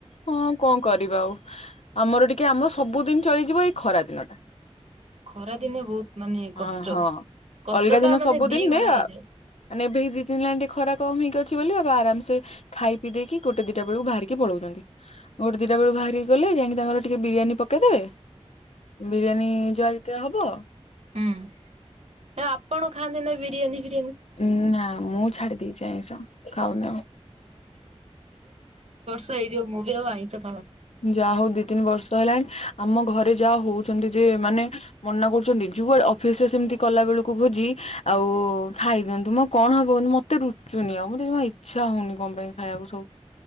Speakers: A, on the left; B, on the right.
A: ହଁ କଣ କରିବା ଆଉ ଆମର ଟିକେ ଆମ ସବୁଦିନ ଚଳିଯିବ ଏଇ ଖରା ଦିନ ଟା
B: ଖରା ଦିନେ ବହୁତ ମାନେ କଷ୍ଟ
A: ଅ ହଁ
B: କଷ୍ଟ
A: ଅଲଗା ଦିନ
B: ଟା ମାନେ
A: ସବୁଦିନରେ
B: ଦି ଗୁଣା
A: ଅ
B: ହେଇଯାଏ।
A: ମାନେ ଏବେ ଦି ତିନ ହେଲାଣି ଟିକେ ଖରା କମ ହେଇକି ଅଛି ବୋଲି ଆରାମସେ ଖାଇ ପିଇ ଦେଇକି ଗୋଟେ ଦିଟା ବେଳକୁ ବାହାରିକି ପଳଉଛନ୍ତି, ଗୋଟେ ଦିଟା ବେଳକୁ ବାହାରିକି ଗଲେ ଯାଇକି ତାଙ୍କର ଟିକେ ବିରିୟାନୀ ପକେଇଦେବେ ବିରିୟାନୀ ଯାହା ଯେତେ ହବ
B: ହୁଁ ଆପଣ ଖାନ୍ତେ ନା ବିରିୟାନୀ ବି
A: ଉଁ ନା ମୁଁ ଛାଡି ଦେଇେଇଛି। ଆଇଁସ ଖାଉନି ଆଉ।
B: ସେଇ ଯୋଉ ମୁଁ ବି ଆଉ ଆାଇଁସ
A: ଯା ହଉ ଦି ତିନି ବର୍ଷ ହେଲାଣି ଆମ ଘରେ ଯାହା ହଉ ଛନ୍ତି ଯେ ମାନେ ମନା କରୁଛନ୍ତି। ଯୁଆଡେ ଅଫିସ ରେ ସେମିତି କଲା ବେଳକୁ ଭୋଜି ଆଉ ଖାଇ ଦିଅନ୍ତୁ ମ କଣ ହବ ମତେ ରୁଚୁନି ଆଉ ମତେ ଯମା ଇଛା ହଉନି କଣ ପାଇଁ ଖାଇବାକୁ ସବୁ।